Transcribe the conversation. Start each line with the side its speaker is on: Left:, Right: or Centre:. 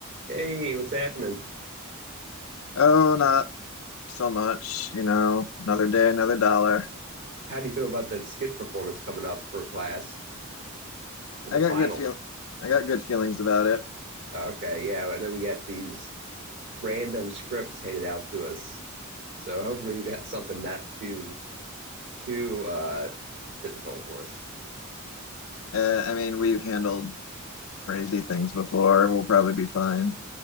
Right: Hey, what's happening?
Left: Oh, not so much, you know, another day, another dollar.
Right: How do you feel about that skit performance coming up for class for
Left: I
Right: the
Left: got
Right: final?
Left: good feel I got good feelings about it.
Right: Okay, yeah, I know we got these random scripts handed out to us. So hopefully we got something not too too uh difficult for us.
Left: Uh, I mean, we've handled crazy things before. We'll probably be fine.